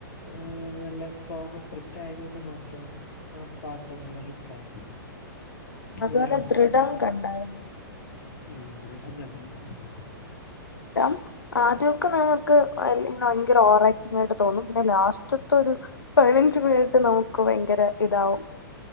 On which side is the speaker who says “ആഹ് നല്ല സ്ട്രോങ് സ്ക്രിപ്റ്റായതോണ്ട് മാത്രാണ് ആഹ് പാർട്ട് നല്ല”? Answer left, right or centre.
Left